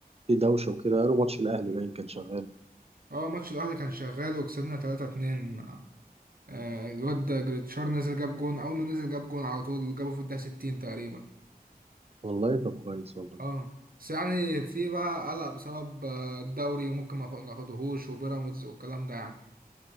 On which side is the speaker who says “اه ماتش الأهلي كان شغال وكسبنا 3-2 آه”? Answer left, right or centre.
Right